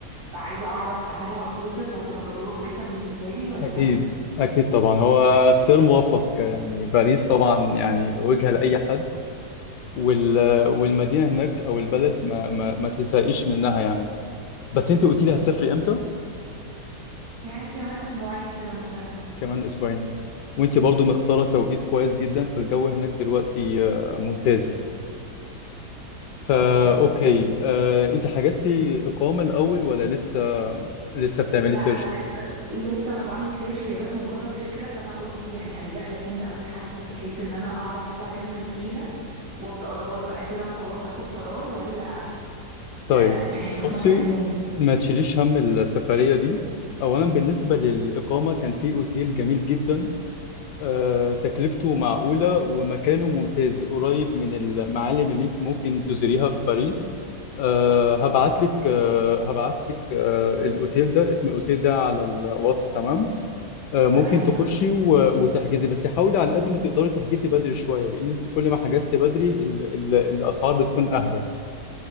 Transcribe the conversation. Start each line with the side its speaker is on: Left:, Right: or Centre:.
Right: فعايزه اعرف هل هتبسط وهتبقى تجربه كويسه بالنسبه لي ولا
Left: اكيد
Right: لا
Left: اكيد طبعا هو اختيار موفق يعني باريس طبعا يعني وجهه لاي حد وال... والمدينه هناك او البلد ما ما, ما تزهقيش منها يعني بس انت قلتي لي هتسافري امتى
Right: يعني كمان اسبوعين كده مثلا
Left: كمان اسبوعين وانت برضو مختاره توقيت كويس جدا فالجو هناك دلوقتي آه، ممتاز فا
Right: تمام
Left: اوكي آه، انت حجزتي اقامه الاول ولا لسه لسه بتعملي
Right: لا
Left: سيرش
Right: انا لسه لسه انا بعمل سيرش هي بس مجرد فكره فانا قلت يعني الجا لك انت اول حد بحيث ان انا اعرف هل هكمل فيها وابدا ادور بقى كده وخلاص اخد قرار ولا
Left: طيب
Right: آه، يعني اشوف
Left: بصي
Right: مكان تاني
Left: ما تشيليش هم السفريه دي اولا بالنسبه للاقامه كان في اوتيل جميل جدا آه، تكلفته معقوله ومكانه ممتاز قريب من المعالم اللي انت ممكن تزوريها في باريس آه، هبعت لك آه، هبعت لك آه، الاوتيل ده اسم الاوتيل ده على الواتس تمام آه، ممكن
Right: تمام
Left: تخشي
Right: اوكي
Left: و- وتحجزي بس حاولي على قد ما تقدري تحجزي بدري شوية لأن أنت كل ما حجزتي بدري ال- ال- الأسعار بتكون أهدى